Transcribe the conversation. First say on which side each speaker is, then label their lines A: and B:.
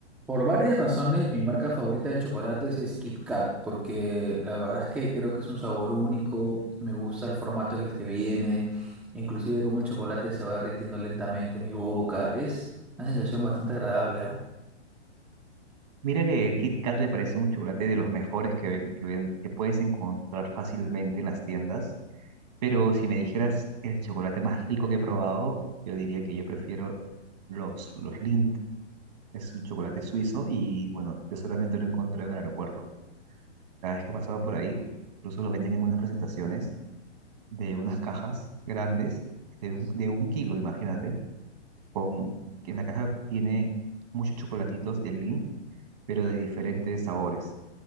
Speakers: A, in the centre; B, on the right.
A: Por varias razones, mi marca favorita de chocolates es Kit Kat, porque la verdad es que creo que es un sabor único, me gusta el formato en el que viene, inclusive cómo el chocolate se va derritiendo lentamente en mi boca, es una sensación bastante agradable, ¿ah?
B: Mira que el Kit Kat me parece un chocolate de los mejores que, ven- que, ven- que puedes encontrar fácilmente en las tiendas, pero si me dijeras el chocolate más rico que he probado, yo diría que yo prefiero los, los Lindt, es un chocolate suizo y bueno, yo solamente lo encontré en el aeropuerto. Cada vez que pasaba por ahí, incluso lo venden en unas presentaciones de unas cajas grandes de un, de un kilo, imagínate, con, que en la caja viene muchos chocolatitos de Lindt, pero de diferentes sabores.